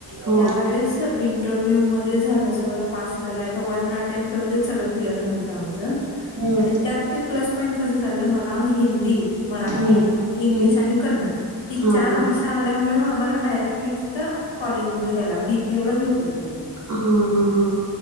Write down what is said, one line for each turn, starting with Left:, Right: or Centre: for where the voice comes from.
Right: हा
Left: त्यावेळेस इंटरव्ह्यू मध्ये झालं सगळं पास झालं आता वन अटेम्प्ट मध्येच सगळं क्लिअर झालंत आमचं
Right: हम्म
Left: आणि त्यात बी प्लस पॉईंट कसं झालं मला हिंदी मराठी
Right: हम्म
Left: इंग्लिश
Right: हम्म
Left: आणि कन्नड ही
Right: हा
Left: चार
Right: हा
Left: भाषा आल्यामुळे आम्हाला डायरेक्टली तिथ कॉलिंग ह्याला बीपिओला घेतलं त्यानी
Right: हा हा ह